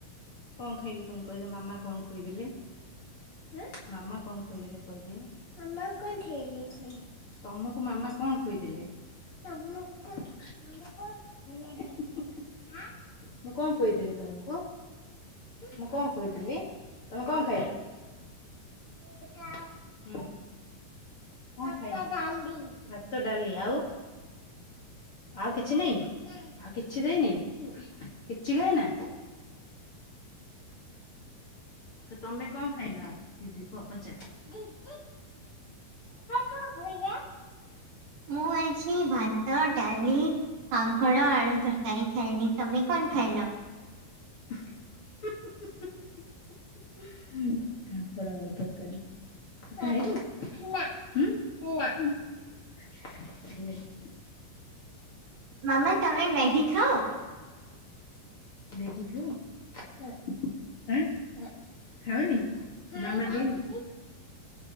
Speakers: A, on the left; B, on the right.
A: କଂ ଖାଇଲୁ ତୁମେ କହିଦେ ମାମା କଣ ଖୋଇଦେଲେ। <inaudible> ମାମା କଣ ଖୋଇଦଲେ କହିଦିଏ। <inaudible> ତମକୁ ମାମା କଣ ଖୋଇଦେଲେ। <inaudible> ମୁଁ କଣ ଖୋଇଦେଲି ତମକୁ ମୁଁ କଣ ଖୋଇଥିଲି ତମେ କଣ ଖାଇଲ। <inaudible> କଣ ଖାଇ ଭାତ ଡାଲି ଆଉ ଆଉ କିଛି ନାଇଁ। ଆଉ କିଛି ଦେଇନି କିଛି ଖାଇନା। ତ ତମେ କଣ ଖାଇଲ ଦିଦି କୁଅ ପଚାର। <inaudible> କଣ ଖାଇଲ?
B: ମୁଁ ଆଜି ଭାତ ଡାଲି କାଙ୍କଡ଼ ଆଳୁ ତରକାରୀ ଖାଇଲି। ତମେ କନ୍ ଖାଇଲ।
A: <inaudible> କାଙ୍କଡ଼ ଆଳୁ ତରକାରୀ ତୁ ଖାଇବୁ। ହୁଁ <inaudible> ନେ
B: ମାମା ତମେ ମେଗି ଖାଅ।
A: ମେଗି ଖାଉ ଆଁ। ଖାଅନି <unintelligible>